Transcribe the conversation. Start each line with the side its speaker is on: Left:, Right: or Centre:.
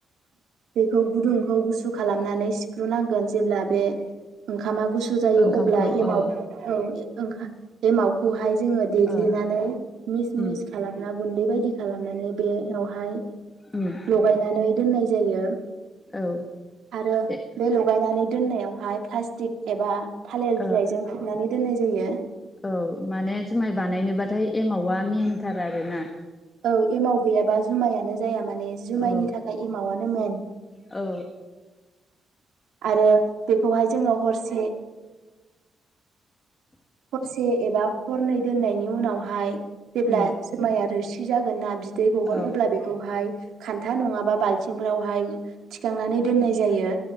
Right: बेखौ गुदुंखौ गुसु खालामनानै सिफ्रुनांगोन जेब्ला बे ओंख खामा गुसु जायो
Left: ओंखामखौ
Right: अब्ला एमाव
Left: औ
Right: औ ओंखा एमावखौहाय जोङो देग्लिनानै
Left: ओ
Right: मिस
Left: उम
Right: मिस खालामना गुन्दै बायदि खालामनानै बेयावहाय
Left: उम
Right: लगायनानै दोननाय जायो।
Left: औ
Right: आरो
Left: ए
Right: बे लगायनानै दोननायावहाय प्लास्टिक एबा थालिर
Left: ओ
Right: बिलाइजों खोबनानै दोननाय जायो।
Left: औ माने जुमाय बानायनोबाथाय एमावा मेेनथार आर <unintelligible>
Right: औ एमाव गैयाबा जुमायानो जाया माने जुमायनि
Left: औ
Right: थाखाय एमावआनो मेन।
Left: औ
Right: आरो बेखौहाय जोङो हरसे हरसे एबा हरनै दोननायनि। उनावहाय जेब्ला
Left: उम
Right: जुमाया रोसि जागोन ना बि दै गगोन
Left: औ
Right: अब्ला बेखौहाय खान्था नङाबा बाल्थिंफोरावहाय थिखांनानै दोननाय जायो।